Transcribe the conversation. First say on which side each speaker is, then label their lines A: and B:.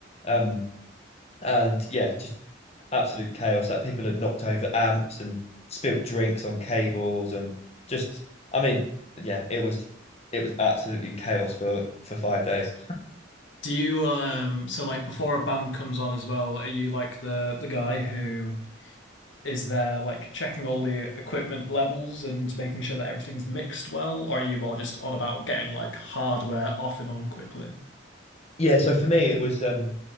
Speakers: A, on the left; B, on the left.
A: Um, and yeah, just absolute chaos. Like people had knocked over amps and spilt drinks on cables and just I mean, yeah, it was it was absolutely chaos for for five
B: Yeah.
A: days.
B: Do you um so like before a band comes on as well, are you like the the guy who is there like checking all the equipment levels and making sure that everything's mixed well, or are you more just on about getting like hardware off and on quickly?
A: Yeah, so for me it was um